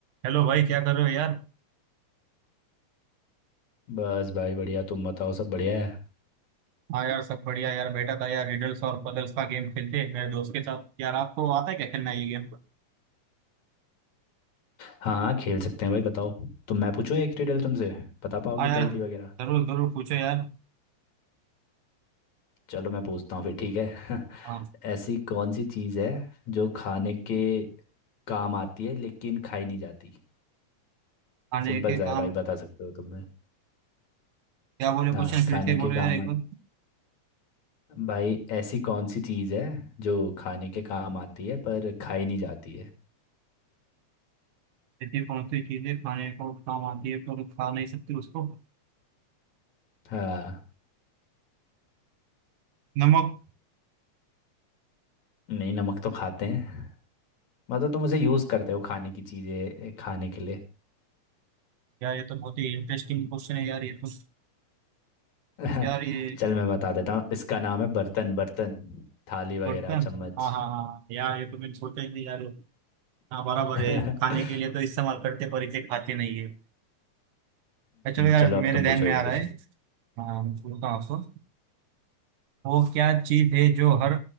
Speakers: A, on the right; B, on the left.
A: हेलो भाई क्या कर रहे हो यार
B: बस भाई बढ़िया तुम बताओ सब बढ़िया है
A: हाँ यार सब बढ़िया यार बैठा था यार रिडल्स और पजल्स का गेम खेलते हैं मेरे दोस्त के साथ यार आपको आता है क्या खेलना ये गेम
B: हाँ हाँ खेल सकते हैं भाई बताओ तो मैं पूछूं एक रिडल तुमसे बता पाओगे
A: हाँ यार
B: पहेली वगैरह
A: जरूर जरूर पूछो यार
B: चलो मैं पूछता हूँ फिर ठीक है
A: हाँ
B: <laughs> ऐसी कौन सी चीज़ है जो खाने के काम आती है लेकिन खाई नहीं जाती
A: खाने
B: सिंपल
A: के काम
B: सा है भाई बता सकते हो तुमने
A: क्या बोले
B: हाँ
A: क्वेश्चन फिर
B: खाने
A: से
B: के
A: बोलो
B: काम
A: यार एक
B: आ
A: बार
B: भाई ऐसी कौन सी चीज़ है जो खाने के काम आती है पर खाई नहीं जाती है
A: ऐसी कौन सी चीजें खाने को काम आती है पर खा नहीं सकती उसको
B: हाँ
A: नमक
B: नहीं नमक तो खाते हैं मतलब तुम उसे यूज़ करते हो खाने की चीज़ें खाने के लिए
A: यार ये तो बहुत ही इंटरेस्टिंग क्वेश्चन है यार ये तो
B: <laughs>
A: यार ये
B: चल मैं बता देता हूँ इसका नाम है बर्तन बर्तन थाली वगैरह
A: बर्तन
B: चम्मच
A: हाँ हाँ हाँ यार ये तो मैंने सोचा ही नहीं यार हाँ बराबर
B: <laughs> हम्म
A: है खाने के लिए तो इस्तेमाल करते पर इसे खाते नहीं है। चलो यार
B: चलो
A: मेरे
B: अब तुम
A: ध्यान
B: पूछो
A: में
B: एक
A: आ रहा
B: क्वेश्चन
A: है हाँ मैं बोलता हूँ आपको वो क्या चीज है जो हर